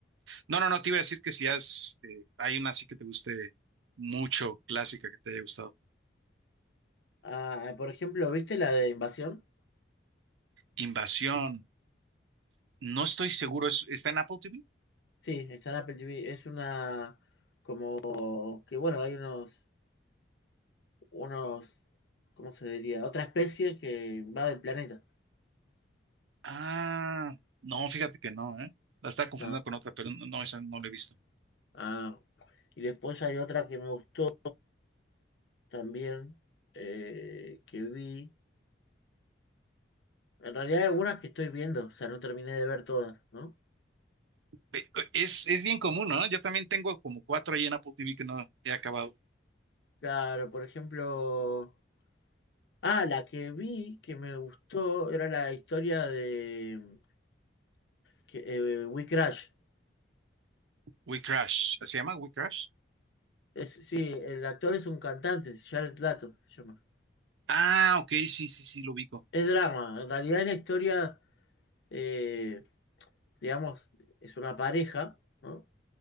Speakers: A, on the right; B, on the left.
A: No, no, no, te iba a decir que si has, eh, hay una así que te guste mucho, clásica, que te haya gustado.
B: Ah, por ejemplo, ¿viste la de Invasión?
A: Invasión, no estoy seguro, ¿es- ¿está en Apple TV?
B: Sí, está en Apple TV. Es una como que, bueno, hay unos, unos, ¿cómo se diría? Otra especie que va del planeta,
A: Ah, no, fíjate que no, ¿eh? La estaba confundiendo
B: ¿no?
A: con otra, pero no, no, esa no la he visto.
B: Ah, y después hay otra que me gustó también, eh, que vi. En realidad hay algunas que estoy viendo, o sea, no terminé de ver todas, ¿no?
A: Ve- Es, es bien común, ¿no? Yo también tengo como cuatro ahí en Apple TV que no he acabado.
B: Claro, por ejemplo... Ah, la que vi que me gustó era la historia de que, eh, We Crash.
A: We Crash, ¿se llama We Crash?
B: Es, sí, el actor es un cantante, Jared Lato se llama.
A: Ah, ok, sí, sí, sí, lo ubico.
B: Es drama, en realidad es la historia, eh, digamos, es una pareja, ¿no?